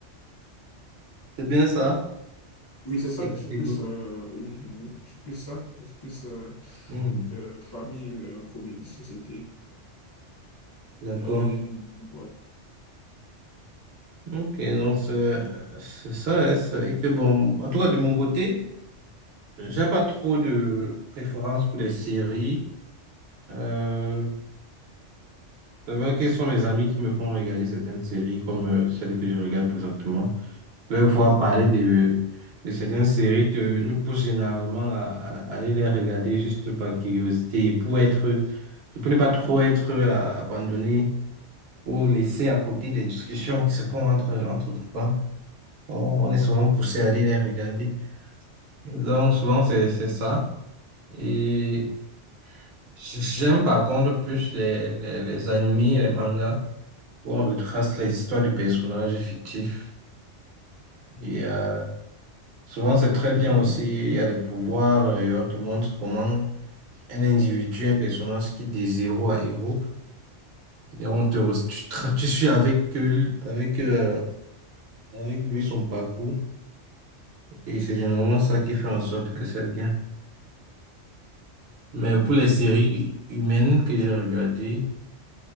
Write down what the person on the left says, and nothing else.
Oui, c'est ça,
je suis plus, euh, une- une- je suis plus ça, je suis plus euh,
euh, famille, euh, comédie, société.
Euh, ouais,
oui.